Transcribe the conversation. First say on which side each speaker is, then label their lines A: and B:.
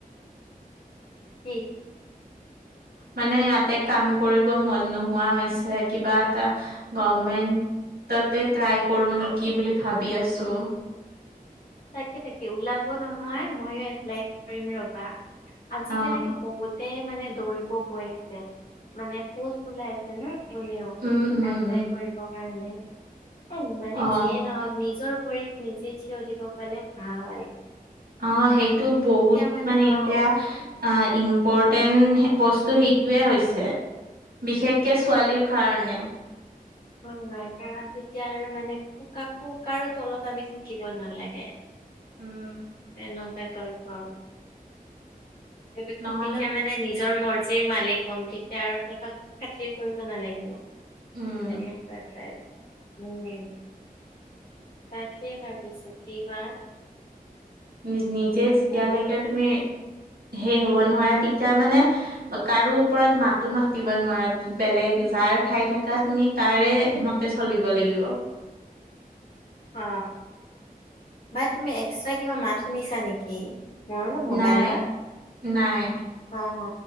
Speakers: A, on the left; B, on the right.
A: কি?
B: মানে ইয়াতে কাম কৰিব মন নোহোৱা হৈছে কিবা এটা - গভমেন্টততে ট্ৰাই কৰো নেকি বুলি ভাবি আছো।
A: তাকে তাকে ওলাব নহয় ময়ো এপ্লাই কৰিম ৰবা, আজিকালিটো
B: অ
A: বহুত - তে মানে দৌৰিব গৈ আহিছে, মানে পোষ্ট ওলাই আছে ন হ'লেও।
B: উম উম
A: এপ্লাই কৰিব কাৰণে। এ মানে
B: অ
A: যিয়ে নহওক নিজৰ ভৰি - নিজে ঠিয় দিব পাৰিলে ভাল।
B: অ সেইটো বহুত
A: তেতিয়া
B: মানে এতিয়া
A: অ
B: - এই ইম্পৰ্টেণ্ট বস্তু সেইটোৱে হৈছে। বিশেষ - কে ছোৱালীৰ কাৰণে।
A: হয় হয়। কাৰণ তেতিয়া আৰু মানে কাকো কাৰো তলত আমি থাকিব নালাগে।
B: উম।
A: তেনেকুৱা ত‌ই পাও আৰু
B: নহলে
A: তেতিয়া মানে নিজৰ মৰ্জি। নিজেই মালিক হম তেতিয়া আৰু বেলেগক খাতিৰ কৰিব নালাগিব।
B: উম
A: এনেকুৱা টাইপ, উম। তাকে ভাবিছো কিবা!
B: নি নিজে
A: উম,
B: যেতিয়ালৈকে
A: হুম,
B: তুমি হেই হ'ব নোৱাৰা তেতিয়া মানে - কাৰো ওপৰত মাতো মাতিব নোৱাৰা বেলেগ যাৰ খাই থাকা তুমি - তাৰে মতে চলিব লাগিব।
A: অ, বা তুমি এক্সট্ৰা কিবা মাত শুনিছা নেকি? মোৰো মোবাইলৰ?
B: নাই নাই।
A: অ অ